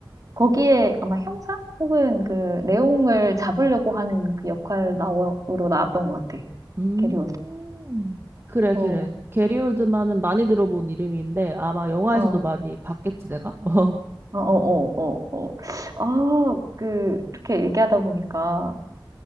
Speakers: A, on the right; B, on the right.
A: 거기에 아마 형사 혹은 그 레옹을 잡으려고 하는 그 역할 나오로 나왔던 것 같아.
B: 음,
A: 게리 올드.
B: 그래,
A: 어,
B: 그래. 게리 올드만은 많이 들어본 이름인데 아마 영화에서도
A: 어,
B: 많이 봤겠지, 내가? <laughs> 어.
A: 어, 어, 어, 어, 어. 아, 그 이렇게 얘기하다 보니까